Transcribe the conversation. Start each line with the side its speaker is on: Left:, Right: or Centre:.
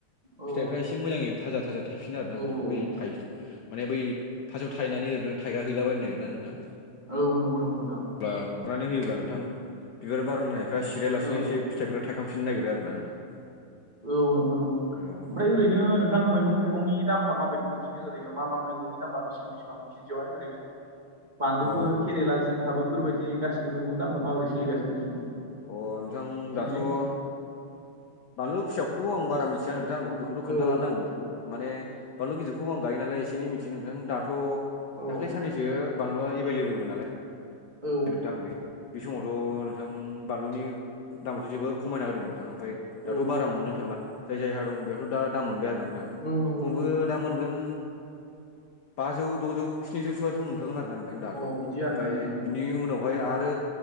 Right: औ
Left: फिथाइफ्रा एसे एसे मोजाङै थाजा थाजा थाइफिनो आरो
Right: औ
Left: ना नोंथां
Right: औ
Left: बै था माने बै फास्तआव थायनानै ओरोयनो थायगा हैलाबायनो नागिरोना नोंथां
Right: औ नंगौ नंगौ नोंथां।
Left: अब्ला <inaudible> नै होयोब्ला नोंथां बिबार बारनायफ्रा सिरायालासिनो
Right: औ
Left: एसे फिथायफोरा थायखांफिननो नागिरो आरोना नोंथां।
Right: औ नंगौ नंगौ नंगौ
Left: औ नोंथां।
Right: ओमफ्राय ओरैनो नोंथां मैगं थाइगंनि दामफ्रा माबायदि नोंसोर निथिं ओरैनो मा मा मैगंनि दामा बेसेबां बेसेबां केजियावहाय ओरैनो बानलुफोर
Left: अ
Right: केरेला जिंखाबै बेफोरबायदिनि गासिबो मैगं दामफ्रा
Left: अ
Right: माबोरै सोलिगासिनो नोंसिनिथिं?
Left: अ नोंथां
Right: केजि
Left: दाथ' बानलु फिसाखौथ' आं बारा मिथिया नोंथांं बेखौथ' खोनथाानो
Right: औ
Left: आं नोंथांनो माने बानलु गिदिरखौ आं गायो नालाय एसे एै मिथियो नोंथां दाथ'
Right: औ
Left: दाख्लै साननैसो बानलुआ एभैलेबलमोन नालाय
Right: औ
Left: नोंथां बे-बे समावथ' नोंथां बानलुनि दामावथ' जोबोर खमायना होदों नोंथाङा। ओमफफ्राय दाथ'
Right: औ
Left: बारा मोननो थांला जाय जायहा दं बेथ' दा दाम मोनबाय आरो न
Right: औ नंगौ
Left: खनबो
Right: नंगौ नोंथां
Left: दा मोनगोन बाजौ द'जौ स्निजौसोआथ' मोनखागोन आरो ना नोंथां दाथ'।
Right: अ बिदि आरोना
Left: ओमफ्राय
Right: नोंथां होमबा
Left: बिनि उनावहाय आरो